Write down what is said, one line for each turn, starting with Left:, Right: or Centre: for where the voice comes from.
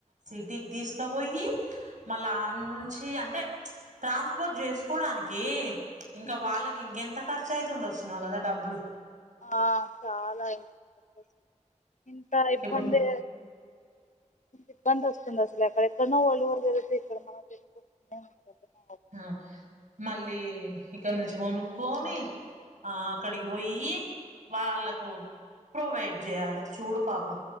Right: సిటీకి తీసుకపోయి. మళ్ళా ఆన్నుంచి అంటే? ట్రాన్స్పోర్ట్ చేసుకోడానికి. ఇంక
Left: ఉమ్
Right: వాళ్ళకి ఇంకెంత? కర్చై తుండొచ్చినవు కదా, డబ్బులు
Left: ఆ చాలా ఇంక <unintelligible> ఇంతల ఇబ్బంది
Right: ఇప్పుడు
Left: ఇబ్బందొస్తుంది అసలు, ఎక్కడ ఎక్కడ్నో ఓళ్ళు జరిగితే ఇక్కడ మనంకెందుకు <unintelligible> నాకర్ధం కాట్లే.
Right: ఆ మళ్ళీ ఇక్కడ నుంచి కొనుక్కొని ఆ అక్కడికి పోయి, వాళ్ళకు ప్రొవైడ్ చేయాలె చూడు పాపం.